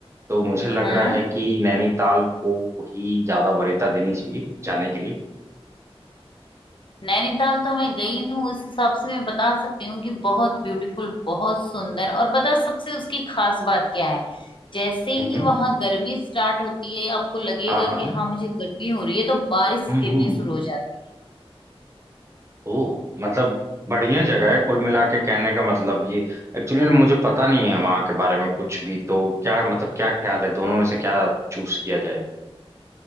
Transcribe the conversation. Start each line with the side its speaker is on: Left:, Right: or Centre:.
Right: तो मुझे लग
Left: हम्म
Right: रहा है कि नैनीताल को ही ज्यादा वरीयता देनी चाहिए जाने के लिए
Left: नैनीताल तो मैं गई हूँ उस हिसाब से मैं बता सकती हूँ कि बहुत ब्यूटीफुल बहुत सुंदर और पता है सबसे उसकी खास बात क्या है जैसे
Right: हम्म
Left: ही
Right: हम्म,
Left: वहां गर्मी स्टार्ट होती है आपको लगेगा
Right: हाँ हाँ
Left: कि हाँ मुझे गर्मी हो रही है तो बारिश
Right: हम्म
Left: गिरनी
Right: हम्म
Left: शुरू हो जाती है
Right: ओ मतलब बढ़िया जगह है कुल मिला के कहने का मतलब ये एक्चुअली ना मुझे पता नहीं है वहाँ के बारे में कुछ भी तो क्या मतलब क्या ख्याल है दोनों में से क्या चूज किया जाए